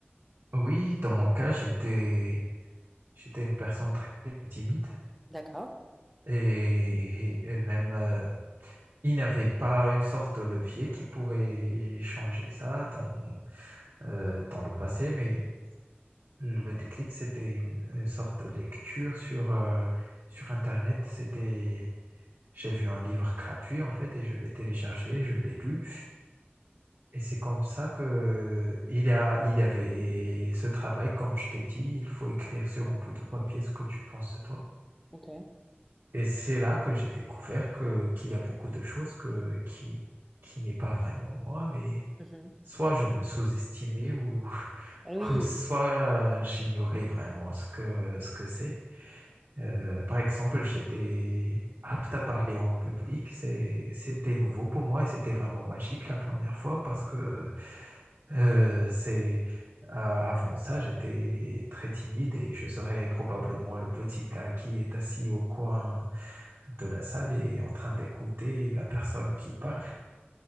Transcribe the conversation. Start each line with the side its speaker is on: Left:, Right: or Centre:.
Right: Oui, dans mon cas, j'étais j'étais une personne très timide
Centre: D'accord.
Right: et, et même euh, il n'y avait pas une sorte de levier qui pourrait changer ça dans, euh, dans le passé, mais le déclic, c'était une, une sorte de lecture sur, euh, sur Internet. C'était, j'ai vu un livre gratuit en fait et je l'ai téléchargé, je l'ai lu. Et c'est comme ça que il y a, il y avait ce travail, comme je t'ai dit, il faut écrire sur un bout de papier ce que tu penses de toi.
Centre: Ok.
Right: Et c'est là que j'ai découvert que qu'il y a beaucoup de choses que qui qui n'est pas vraiment moi, mais
Centre: Mhm.
Right: soit je me sous-estimais ou <laughs>
Centre: Ah Oui.
Right: ou soit j'ignorais vraiment ce que ce que c'est. Euh, par exemple, j'étais apte à parler en public. C'est- C'était nouveau pour moi et c'était vraiment magique la première fois parce que euh, c'est euh, avant ça, j'étais très timide et je serais probablement le petit gars qui est assis au coin de la salle et en train d'écouter la personne qui parle.